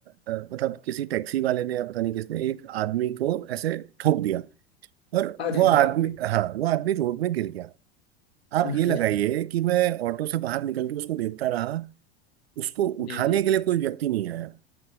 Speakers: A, on the right; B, on the left.
A: अ, मतलब किसी टैक्सी वाले ने या पता नहीं किसने एक आदमी को ऐसे ठोक दिया और
B: अरे
A: वो आदमी
B: बाप रे
A: हाँ वो आदमी रोड में गिर गया आप
B: अरे
A: ये लगाइए कि मैं ऑटो से बाहर निकल के उसको देखता रहा उसको उठाने
B: जी जी
A: के लिए कोई व्यक्ति नहीं आया